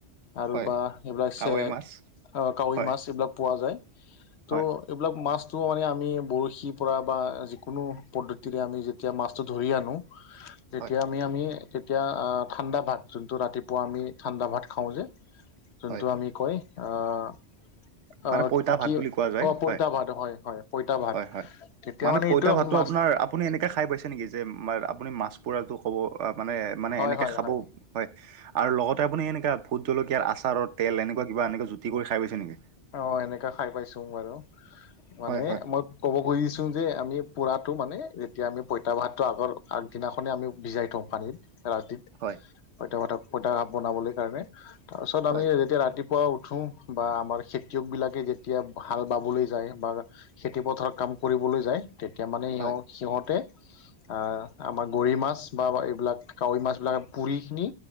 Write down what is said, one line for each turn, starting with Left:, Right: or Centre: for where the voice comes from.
Left: আৰু
Right: হয়
Left: বাহ সেই <unintelligible>
Right: কাৱৈ
Left: চেক
Right: মাছ
Left: কাৱৈ
Right: হয়
Left: মাছ এইবিলাক পোৱা যায়
Right: হয়
Left: ত' এইবিলাক মাছ ত'হে আমি বৰশীৰ পৰা বা যিকোনো পদ্ধতিৰে আমি যেতিয়া মাছটো ধৰি আনো তেতিয়া
Right: হয়
Left: আমি- আমি তেতিয়া অহ ঠাণ্ডা ভাত যোনটো ৰাতিপুৱা আমি ঠাণ্ডা ভাত খাওঁ যে যোনটো
Right: হয়
Left: আমি কয় অহ
Right: মানে
Left: অ
Right: পইতা ভাত
Left: কি
Right: বুলি কোৱা যায়
Left: অ পইতা,
Right: হয়
Left: ভাত হয়। হয় পইতা ভাত
Right: হয় হয়।
Left: তেতিয়া মানে
Right: পইতা
Left: এইটো
Right: ভাতটো
Left: মাছ-
Right: আপোনাৰ আপুনি এনেকে খাইছে নেকি যে আপুনি মাছ- পুৰাটো ক'ব মানে মানে
Left: হয়
Right: এনেকৈ
Left: হয়
Right: খাব হয় আৰু লগত তা আপুনি এনেুৱা ভুট জলকীয়াৰ আচাৰৰ তেল এনেকুৱা কিবা এনেকৈ জুটি কৰি খাই পাইছে নেকি?
Left: অ সেনেকা খাই পাইছো বাৰু মানে
Right: হয় হয়
Left: মই ক'ব খুজিছো যে আমি পুৰাত- টো মানে যেতিয়া আমি পইতা ভাতটো আগৰ আগদিনাখনেই আমি ভিজাই থওঁ পানীত- ৰাতিত
Right: হয়
Left: পইতা পতাক পইতাাপ বনাবলৈ কাৰণে তাৰ পাছত
Right: হয়
Left: আমি যেতিয়া ৰাতি। পোৱা উঠো বা আমাৰ। খেতিয়কবিলাকে যেতিয়া হাল বাবলৈ যায় বা খেতিপথাৰত কাম কৰিবলৈ যায়। তেতিয়া মানে
Right: হয়
Left: এও সিহঁতে। আহ আমাৰ গৰৈ মাছ বা এইবিলাক কাৱৈ মাছ বিলাক পুৰি খিনি।